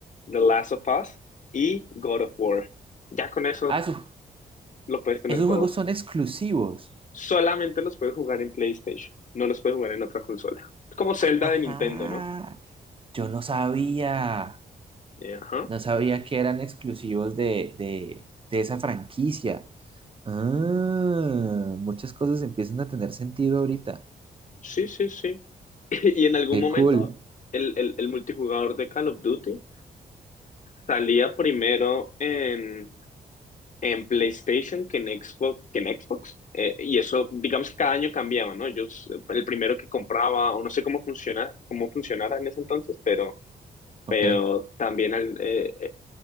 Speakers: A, on the left; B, on the right.
A: The Last of Us y God of War. Ya con eso
B: Ah, su-
A: lo puedes tener
B: esos
A: todo.
B: juegos son exclusivos.
A: Solamente los puedes jugar en PlayStation, no los puedes jugar en otra consola. Como Zelda
B: Ajá.
A: de Nintendo, ¿no?
B: Yo no sabía.
A: Eh, Ajá.
B: No sabía que eran exclusivos de, de, de esa franquicia. Ah, muchas cosas empiezan a tener sentido ahorita.
A: Sí, sí, sí. <laughs> Y en algún
B: Qué
A: momento
B: cool.
A: el, el, el multijugador de Call of Duty salía primero en en PlayStation que en Xbox, que en Xbox. Eh, y eso, digamos que cada año cambiaba, ¿no? Yo s- el primero que compraba, o no sé cómo funciona, cómo funcionara en ese entonces, pero,
B: Ok.
A: pero también, al- eh, eh,